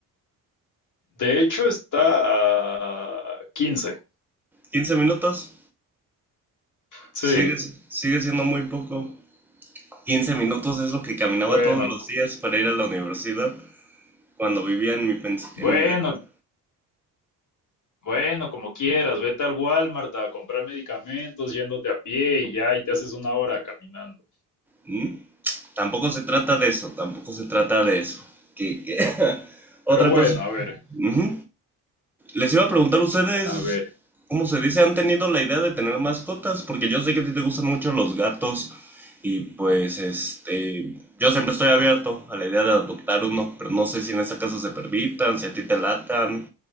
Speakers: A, on the left; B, in the centre.
A: De hecho, está a 15.
B: Quince minutos?
A: Sí,
B: Sigue, sigue siendo muy poco. quince minutos es lo que caminaba
A: bueno,
B: todos los días para ir a la universidad cuando vivía en mi, pens-
A: bueno,
B: en mi depa.
A: bueno, como quieras. Vete al Walmart a comprar medicamentos yéndote a pie y ya, y te haces una hora caminando.
B: ¿Mm? Tampoco se trata de eso, tampoco se trata de eso. qué qué <laughs> Otra
A: Pero bueno,
B: cosa.
A: a ver,
B: Ujú. Les iba a preguntar ustedes,
A: a ver.
B: ¿cómo se dice? ¿Han tenido la idea de tener mascotas? Porque yo sé que a ti te gustan mucho los gatos y pues este, yo siempre estoy abierto a la idea de adoptar uno, pero no sé si en esta casa se permitan, si a ti te latan,